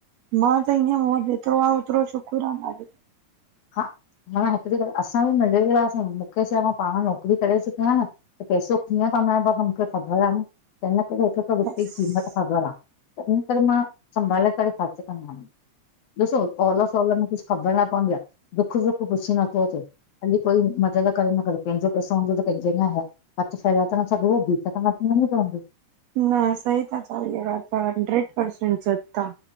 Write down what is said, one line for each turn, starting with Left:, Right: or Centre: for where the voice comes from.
Right: मां त ईअं मूं जेतिरो आ, ओतिरो शुक्र आ मालिक!
Left: हा न हिकिड़ी ॻाल्हि, असां बि मिडिल क्लास आहियूं, मूंखे छा आहे, मां पाण नौकरी करे चुकी आहियां न। त पैसो कीअं कमायबो आ, त मूंखे ख़बर आ न, त इन करे हिक हिक रुपए
Right: बसि
Left: जी क़ीमत ख़बर आ, त इन करे मां संभाले करे ख़र्च कंदम। ॾिसो ओल सोल में कुझु ख़बर न पवंदी आ, दुख सुख पुछी नथो अचे हाली कोई मदद करे न करे, पंहिंजो पैसो हूंदो त पंहिंजे लाइ हथु फैलाए त न सघबो, भीख त न पिनणी पवंदी।
Right: न सही ता चओ, इहा ॻाल्हि त हंड्रेड परसेंट सत आ।